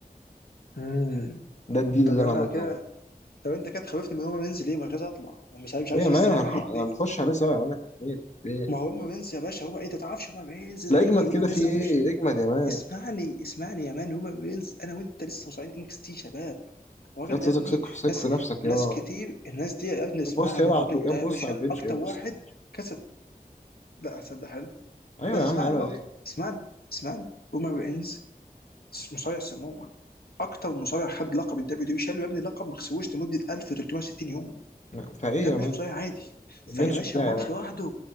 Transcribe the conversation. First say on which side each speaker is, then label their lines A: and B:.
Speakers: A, on the left; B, on the left.
A: مم.
B: ده الديل
A: طب
B: اللي
A: انا
B: انا عملته
A: كده
B: معاه
A: طب انت كده خوفتني من روما رينز ليه ما أنا مش عايز اطلع أنا مش عايز مش عاوز
B: ايه يا
A: يستنى
B: مان
A: احنا
B: هنح-
A: الاثنين
B: هنخش عليه سوا يا مان احنا اتنين في ايه
A: ما هو روما رينز يا باشا روما انت تعرفش روما رينز زي
B: لا اجمد
A: روما
B: كده
A: رينز
B: في ايه
A: ده مش
B: اجمد يا مان
A: اسمعني اسمعني يا مان هما بينز انا وانت لسه مصارعين انكس تي شباب الراجل
B: يا تثق
A: ده يا ابني
B: ثق ثق
A: ناس
B: في نفسك
A: ناس
B: يا
A: كتير الناس دي يا ابني اسمعني
B: بص يلعب
A: الراجل
B: يا
A: ده
B: بص
A: يا باشا
B: على البنش
A: اكتر
B: يا بص
A: واحد
B: على البنش
A: كسب لا هتصدق حلو
B: ايوه
A: بس
B: يا
A: اسمعني
B: عم عيب عليك
A: برضه اسمعني اسمعني هما بينز مصارع سموه اكتر مصارع خد لقب الدبليو دبليو شالوا يا ابني لقب ما خسروش لمده 1360 يوم
B: نعم. فايه
A: ده
B: يا
A: مش
B: مان
A: مصارع عادي فيا
B: البنش
A: باشا
B: بتاعي
A: هو
B: يا
A: مش
B: مان
A: لوحده